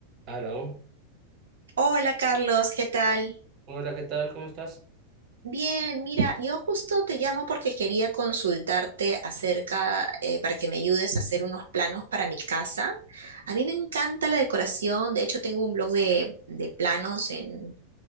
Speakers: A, on the right; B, on the right.
A: Aló,
B: Hola Carlos, ¿qué tal?
A: hola, ¿qué tal? ¿Cómo estás?
B: Bien, mira, yo justo te llamo porque quería consultarte acerca, eh, para que me ayudes a hacer unos planos para mi casa. A mí me encanta la decoración, de hecho tengo un blog de, de planos en,